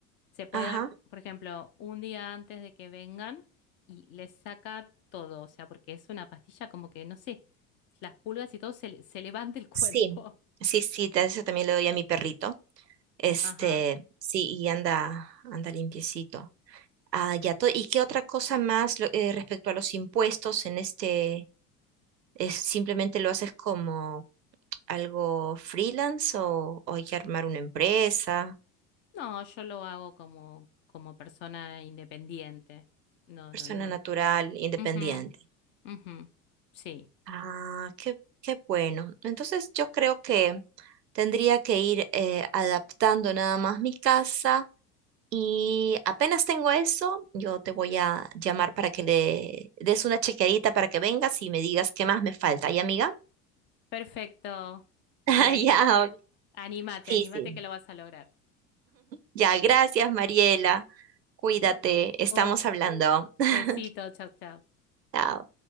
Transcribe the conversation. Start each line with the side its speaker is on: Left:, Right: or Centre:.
Left: se puede
Right: Ajá.
Left: dar, por ejemplo, un día antes de que vengan y les saca todo, o sea, porque es una pastilla como que, no sé, las pulgas y todo se, le- se levanta el cuerpo.
Right: Sí, sí, sí, ta- eso también le doy a mi perrito. Este,
Left: <laughs> Ajá.
Right: sí, y anda, anda limpiecito. Ah, ya todo. ¿Y qué otra cosa más lo- eh, respecto a los impuestos en este, es simplemente lo haces como algo freelance o, o hay que armar una empresa,
Left: No, yo lo hago como, como persona independiente. No,
Right: persona
Left: no, no.
Right: natural, independiente?
Left: Ujú, ujú. Sí,
Right: Ah, qué, qué bueno. Entonces yo creo que tendría que ir eh, adaptando nada más mi casa. Y apenas tengo eso, yo te voy a llamar para que le des una chequeadita para que vengas y me digas qué más me falta, ¿ya, amiga?
Left: perfecto.
Right: <laughs>
Left: Y ani-
Right: Ya, ok.
Left: anímate,
Right: sí,
Left: anímate
Right: sí.
Left: que lo vas a lograr.
Right: Ya, gracias, Mariela. Cuídate,
Left: No.
Right: estamos
Left: Un
Right: hablando. <laughs>
Left: besito, chao, chao.
Right: Chao.